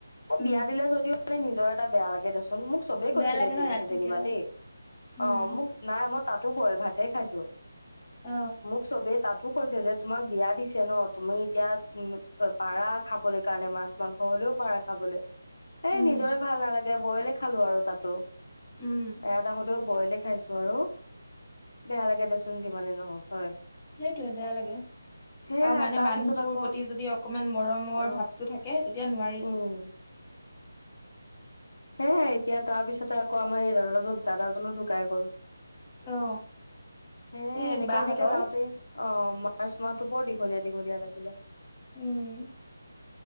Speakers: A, on the left; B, on the left.
A: এ
B: উম
A: বিয়া দিলে যদিও মানে নিজৰ। এটা বেয়া লাগে - মোক চবে কৈছিলে
B: বেয়া লাগে
A: যে
B: ন ইয়াত থাকিলে
A: যেনিবা। দেই
B: উম
A: অ মোক নাই মই তাত। তো বইল ভাতে খাইছোঁ।
B: অ
A: মুখ চৱে তাতো। কৈছে যে তোমাক বিয়া দিছে ন তুমি এতিয়া উ পাৰা খাবলৈ কাৰণে মাছ মাংস হ'লেও পাৰা খাবলৈ। এ
B: উম
A: নিজৰে ভাল নালাগে। যে বইলে খালোঁ আৰু তাতো।
B: উম
A: এয়াত আহোঁতেও। বইলে খাইছোঁ আৰু। বেয়া লাগে দেচোন যি যি মানে নহওঁক হয়।
B: সেইটোৱে বেয়া লাগে
A: সেয়া
B: আৰু মানে
A: তাৰ
B: মানুহটোৰ
A: পিছত আকৌ
B: প্ৰতি যদি অকমান মৰমৰ
A: অ
B: ভাৱটো থাকে তেতিয়া নোৱাৰি।
A: উম হে এতিয়া তাৰ পিছতে আকৌ আমাৰ এই দাদাজন দাদাজনো ঢুকাই গ'ল।
B: অ
A: হেই
B: এই
A: সেনেকে
B: বাহঁতৰ
A: সেনেকে যাওঁতেই অ মাৰ্চ মাহটো বৰ দি- দীঘলীয়া দীঘলীয়া এনেকে।
B: উম।